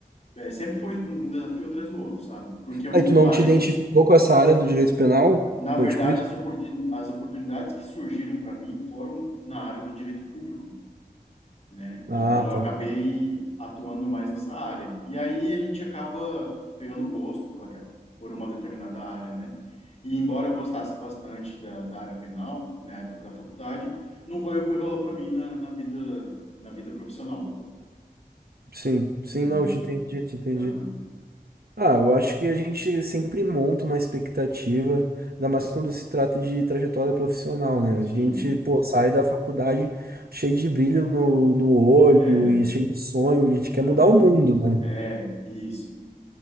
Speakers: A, on the left; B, on the right.
A: É, sempre foi um um desafio atrás do outro, sabe? Porque eu
B: Aí
A: me deparei,
B: tu não te identificou com essa área do direito penal?
A: na verdade,
B: Foi tipo isso?
A: as oportun... as oportunidades que surgiram para mim foram na área do direito público, né?
B: Ah,
A: Então eu
B: tá.
A: acabei atuando mais nessa área. E aí a gente acaba pegando gosto pela ca- por uma determinada área, né? E embora eu gostasse bastante da, da área penal, na época da faculdade, não foi o que rolou para mim na, na vida na vida profissional.
B: Sim, sim,
A: Uhum,
B: não, eu te entendi, te entendi.
A: aham,
B: Ah, eu acho que a gente sempre monta uma expectativa, ainda mais quando se trata de trajetória profissional, né?
A: sim,
B: A gente, pô, sai da faculdade cheio de brilho no, no olho
A: é,
B: e cheio de sonho, a gente quer
A: aham,
B: mudar o mundo, né?
A: é, isso.